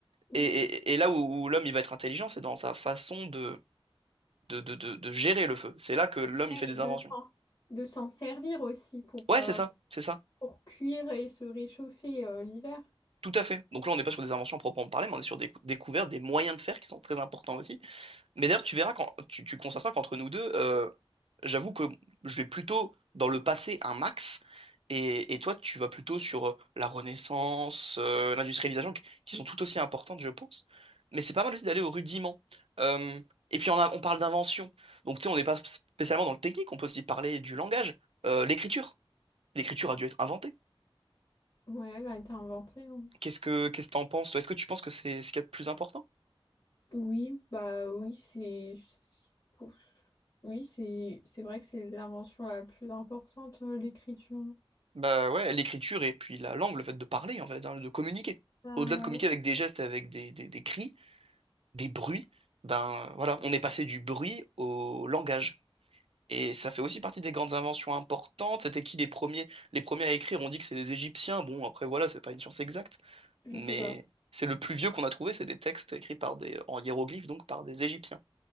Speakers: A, on the left; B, on the right.
A: Oui.
B: Et, et- et là où, où l'homme, il va être intelligent, c'est dans sa façon de, de, de, de- de gérer le feu. C'est là que l'homme, il
A: Ouais,
B: fait des
A: Et
B: inventions.
A: de s'en de s'en servir aussi pour,
B: Ouais,
A: euh,
B: c'est ça, c'est ça.
A: Pour cuire et se réchauffer euh, l'hiver.
B: Tout à fait. Donc là, on n'est pas sur des inventions à proprement parler, mais on est sur des décou- découvertes, des moyens de faire qui sont très importants aussi. Mais d'ailleurs, tu verras quand tu, tu constateras qu'entre nous deux, euh, j'avoue que je vais plutôt dans le passé un max, et, et toi, tu vas plutôt sur euh, la Renaissance, euh, l'industrialisation, qui qui sont tout aussi importantes, je pense. Mais c'est pas mal aussi d'aller au rudiment. Euh, et puis on, a- on parle d'invention. Donc tu sais, on n'est pas spécialement dans le technique, on peut aussi parler du langage, Euh, l'écriture. L'écriture a dû être inventée.
A: Ouais, elle a été inventée. hein.
B: Qu'est-ce que qu'est-ce que t'en penses? toi Est-ce que tu penses que c'est ce qu'il y a de plus important?
A: Oui, bah oui, c'est... Ouf. Oui, c'est c'est vrai que c'est l'invention la plus importante, euh, l'écriture.
B: Bah ouais, l'écriture et puis la langue, le fait de parler, en fait, hein, de communiquer.
A: Ah
B: Au-delà de
A: ouais,
B: communiquer avec des gestes, avec des, des, des cris, des bruits, ben euh, voilà, on est passé du bruit au langage. Et ça fait aussi partie des grandes inventions importantes. C'était qui les premiers, les premiers à écrire? On dit que c'est des Égyptiens. Bon, après voilà, c'est pas une science exacte,
A: je
B: mais
A: sais pas.
B: c'est le plus vieux qu'on a trouvé, c'est des textes écrits par des, en hiéroglyphes, donc par des Égyptiens.